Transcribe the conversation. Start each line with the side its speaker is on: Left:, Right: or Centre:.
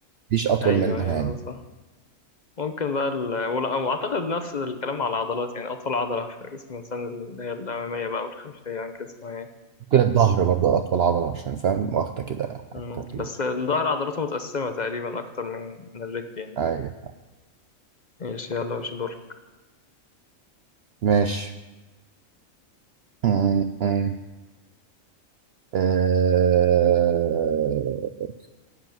Right: مفيش اطول
Left: ايوه
Right: منها
Left: ايوه
Right: يعني
Left: ده صح ممكن بقى ال... ولا- واعتقد نفس الكلام على العضلات يعني اطول عضله في جسم الانسان اللي هي الاماميه بقى والخلفيه عن جسمها يعني
Right: ممكن الظهر برضه اطول عضله عشان فاهم واخده كده
Left: مم.
Right: حته كبيره
Left: بس الظهر عضلاته متقسمه تقريبا اكتر من من الرجل يعني
Right: ايوه
Left: ايش يلا مش دور
Right: ماشي م- م. آه،